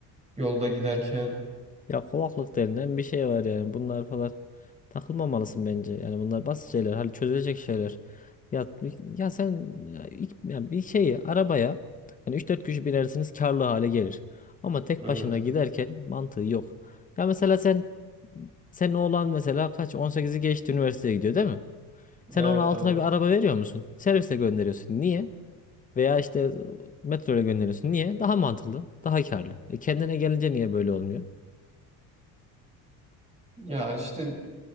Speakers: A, on the right (about 15°); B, on the left (about 20°).
A: yolda giderken.
B: Ya kovaklık denilen bir şey var yani. Bunlar falan takılmamalısın bence. Yani bunlar basit şeyler. Hani çözülecek şeyler. Ya, ya sen ya, ilk- ya bir şeyi arabaya yani üç dört kişi binersiniz karlı hale gelir. Ama tek
A: Evet.
B: başına giderken mantığı yok. Ya mesela sen senin oğlan mesela kaç on sekizi geçti üniversiteye gidiyor değil mi? Sen
A: Evet
B: onun altına
A: abi.
B: bir araba veriyor musun? Servisle gönderiyorsun. Niye? Veya işte metro gönderiyorsun. Niye? Daha mantıklı, daha karlı. E kendine gelince niye böyle olmuyor?
A: Ya işte